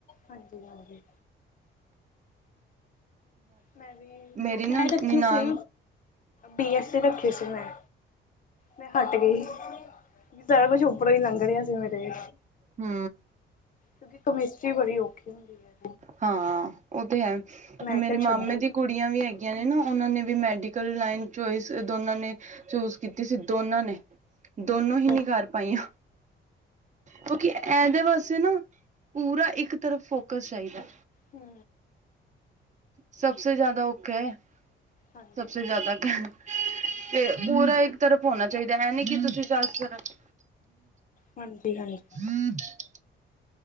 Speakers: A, on the left; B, on the right.
A: ਹਾਂਜੀ-ਹਾਂਜੀ ਮੈਂ ਵੀ
B: ਮੇਰੀ
A: ਮੈਂ
B: ਨਾ ਨਨਾਨ
A: ਰੱਖੀ ਸੀ ਬੀ ਐਸ ਸੀ ਰੱਖੀ ਸੀ ਮੈਂ ਮੈਂ ਹਟ ਗਈ ਸਾਰਾ ਕੁਛ ਉੱਪਰੋਂ ਹੀ ਲੰਘ ਰਿਆ ਸੀ ਮੇਰੇ
B: ਹੂੰ,
A: ਕਿਉਂਕਿ ਕਮਿਸਟਰੀ ਬੜੀ ਔਖੀ ਹੁੰਦੀ ਐ।
B: ਹਾਂ ਓ ਤੇ ਹੈ ਮੇਰੇ
A: ਕਿਹਾ
B: ਮਾਮੇ
A: ਛੱਡੋ
B: ਦੀ ਕੁੜੀਆਂ ਵੀ ਹੈਗੀਆਂ ਨੇ ਨਾ ਉਨਾਂ ਨੇ ਵੀ ਮੈਡੀਕਲ ਲਾਈਨ ਚੋਇਸ ਦੋਨਾਂ ਨੇ ਚੂਜ ਕੀਤੀ ਸੀ ਦੋਨਾਂ ਨੇ ਦੋਨੋ
A: ਅੱਛਾ
B: ਹੀ ਨਈ ਕਰ ਪਾਈਆਂ। ਕਿਉਂਕਿ ਇਦੇ ਵਾਸੇ ਨਾ ਪੂਰਾ ਇੱਕ ਤਰਫ ਫੋਕਸ ਚਾਈਦਾ।
A: ਹੂੰ,
B: ਸਭ ਸੇ ਜਾਦਾ ਔਖਾ ਐ
A: ਹਾਂਜੀ
B: ਸਭ ਸੇ
A: ਹਾਂਜੀ
B: ਜਾਦਾ ਕੈ ਤੇ ਪੂਰਾ ਇੱਕ ਤਰਫ ਹੋਣਾ ਚਾਈਦਾ ਐ ਨੀ ਕਿ ਤੁਸੀਂ ਸਾਰੀ ਤਰਫ਼
A: ਹਾਂਜੀ ਹਾਂਜੀ।
B: <unintelligible>